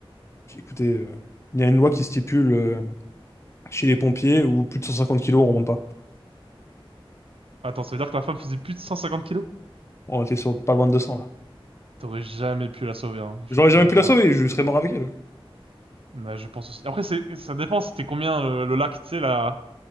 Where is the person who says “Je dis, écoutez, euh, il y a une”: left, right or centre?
Left